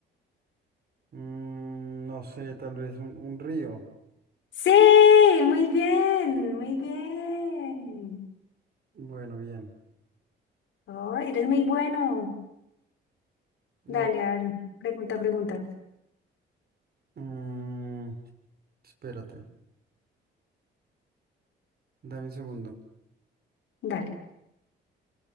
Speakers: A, on the right (about 50°); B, on the left (about 75°).
A: Mm, no sé, tal vez un, un río.
B: Sí, muy bien, muy bien.
A: Bueno, bien.
B: Oh, eres muy bueno.
A: Ahora,
B: Dale, a ver, pregunta, pregunta.
A: mm, espérate, dame un segundo.
B: Dale.